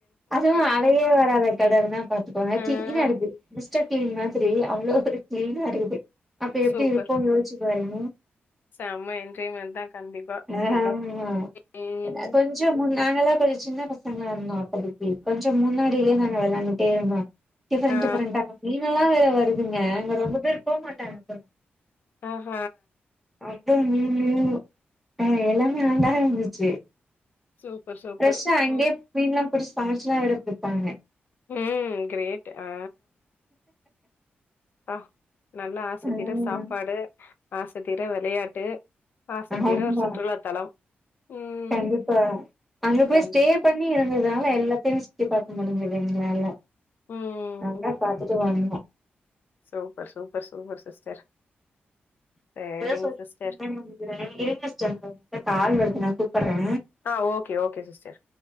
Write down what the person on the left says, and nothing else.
ஆ.
சூப்பர்.
செம்ம என்ஜாய்மென்ட் தான் கண்டிப்பா.
ம்
ஆ
ஆஹ
சூப்பர் சூப்பர்
ம்
ம் கிரேட் ஆ ப்பா நல்லா ஆசத்தீர
சாப்பாடு ஆசத்தீர வெளையாட்டு ஆசத்தீர
ஒரு சுற்றுலா தலம் ம்
இருக்காங்க
ம்
சூப்பர் சூப்பர் சூப்பர் சிஸ்டர் சரிங்க
சிஸ்டர்
ஆஹ் ஓகே ஓகே சிஸ்டர்